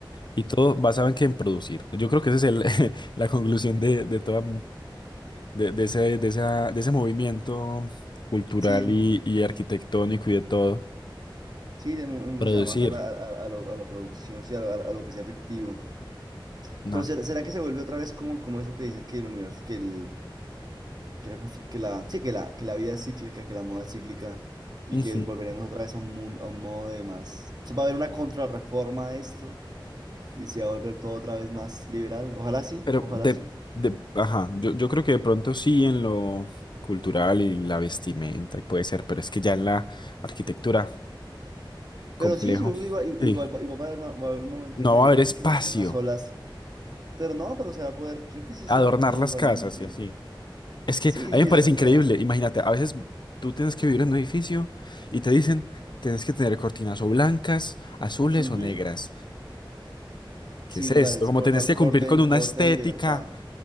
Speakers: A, on the left (about 60°); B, on the right (about 50°).
A: Y todo basado en que en producir. Yo creo que esa es el- <laughs> la conclusión de, de toda, de, de ese, de esa- de ese movimiento cultural
B: Sí,
A: y, y arquitectónico y de todo.
B: sí, de mu- uno
A: Producir.
B: se va más a la, a, a lo- a la producción, sí, a, lo a lo- a lo que sea efectivo.
A: No.
B: Pero ¿será, será que se vuelve otra vez como, como eso que dicen que el universo, que el, que la constru- que la, sí, que la, que la vida es cíclica, que la moda es cíclica y
A: Ujú.
B: que volveremos otra vez a un mundo, a un modo de más. O sea, va a haber una contrarreforma a esto y se va a volver todo otra vez más liberal. Ojalá sí,
A: Pero
B: ojalá
A: de,
B: sí.
A: de, ajá, yo, yo creo que de pronto sí en lo cultural y la vestimenta y puede ser, pero es que ya en la arquitectura,
B: Pero
A: complejo.
B: sí, yo creo que igual,
A: Sí,
B: igual, va igual va a haber, una- va a haber un momento
A: no
B: en que
A: va
B: los,
A: a haber espacio,
B: en que las nuevas olas, pero no, pero se va a poder, creo que sí
A: adornar
B: se va a poder
A: las
B: igualmente.
A: casas y así. Es que
B: Sí,
A: a
B: sí,
A: mí me
B: exacto,
A: parece increíble,
B: o sea.
A: imagínate, a veces tú tienes que vivir en un edificio y te dicen, tienes que tener cortinas o blancas, azules
B: Ujú.
A: o negras. ¿Qué
B: Sí,
A: es esto?
B: total, es
A: Como
B: cortar
A: tenés que
B: corte,
A: cumplir con una
B: corte
A: estética
B: de mi libertad.